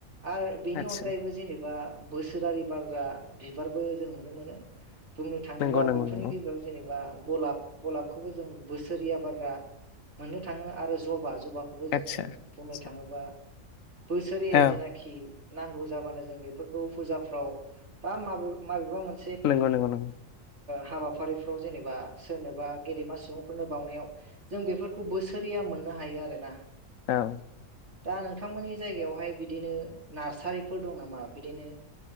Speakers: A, on the right; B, on the left.
A: आर बेनि
B: आदसा
A: अनगायैबो जेनेबा बोसोरारि बारग्रा बिबारबो जों नुनो मोनो। बुंनो थाङोबा
B: नंगौ नंगौ
A: बेफोरनि
B: नंगौ
A: गेजेराव जेनेबा गलाब गलाबखौबो जों बोसोरया बारग्रा मोननो थाङो आरो जबा जबाखौबो
B: आदसा
A: जोङो
B: आदसा
A: बुंनो थाङोबा बोसोरे
B: औ
A: जेनाखि। नांगौ जाबानो जों बेफोरखौ फुजाफ्राव बा माब माबेबा मोन
B: नोंगौ नोंगौ नोंगौ।
A: हाबाफारिफ्राव जेनेबा सोरनोबा गेदेमा सुबुंफोरनो। बावनायाव जों बेफोरखौ बोसोरैया मोननो हायो आरोना।
B: औ।
A: दा नोंथांमोननि जायगायावहाय बिदिनो नार्सारिफोर दं नामा बिदिनो?